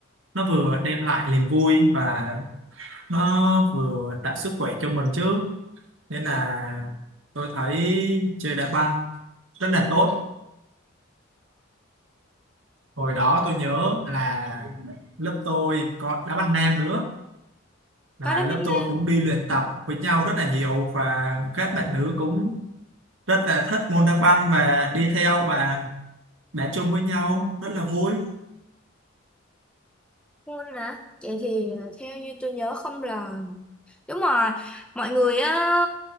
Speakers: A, on the right (about 70°); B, in the centre.
A: nó vừa đem lại niềm vui và nó vừa tạo sức khỏe cho mình chứ nên là tôi thấy chơi đá banh rất là tốt hồi đó tôi nhớ là lớp tôi có đá banh nam nữa là
B: có đá
A: lớp tôi
B: banh
A: cũng đi luyện tập với nhau rất là nhiều và các bạn nữ cũng rất là thích môn đá banh và đi theo và đá chung với nhau rất là vui
B: môn hả vậy thì ờ, theo như tôi nhớ không là đúng rồi mọi người á